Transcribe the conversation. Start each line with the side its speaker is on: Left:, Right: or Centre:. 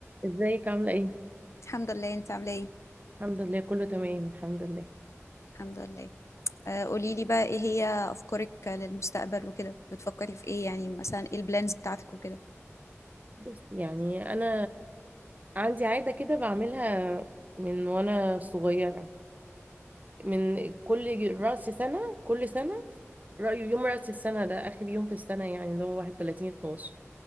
Right: ازيك عاملة ايه؟
Left: الحمد لله انت عامله ايه
Right: الحمد لله كله تمام الحمد لله
Left: الحمد لله آه، قولي لي بقى ايه هي افكارك للمستقبل وكده بتفكري في ايه يعني مثلا ايه البلانز بتاعتك وكده
Right: بس يعني انا عندي عادة كده بعملها من وانا صغيرة من كل رأس سنة كل سنة رأيه يوم رأس السنة ده آخر يوم في السنة يعني اللي هو 31 12